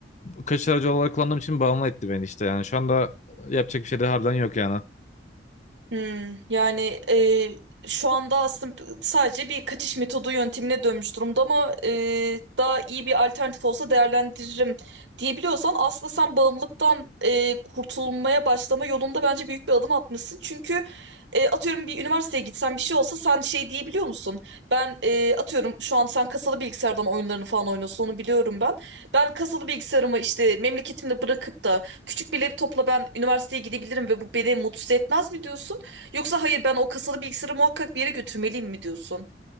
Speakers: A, on the left (about 40°); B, on the right (about 75°).
A: kaçış aracı olarak kullandığım için bağımlı etti beni işte. Yani şu anda yapacak bir şey de harbiden yok yani.
B: Hmm, yani e, şu anda aslında sadece bir kaçış metodu yöntemine dönmüş durumda ama e, daha iyi bir alternatif olsa değerlendiririm diyebiliyorsan aslında sen bağımlılıktan e, kurtulmaya başlama yolunda bence büyük bir adım atmışsın. Çünkü e, atıyorum bir üniversiteye gitsen bir şey olsa sen şey diyebiliyor musun? Ben e, atıyorum şu an sen kasalı bilgisayardan oyunlarını falan oynuyorsun onu biliyorum ben. Ben kasalı bilgisayarımı işte memleketimde bırakıp da küçük bir laptopla ben üniversiteye gidebilirim ve bu beni mutsuz etmez mi diyorsun? Yoksa hayır ben o kasalı bilgisayarı muhakkak bir yere götürmeliyim mi diyorsun?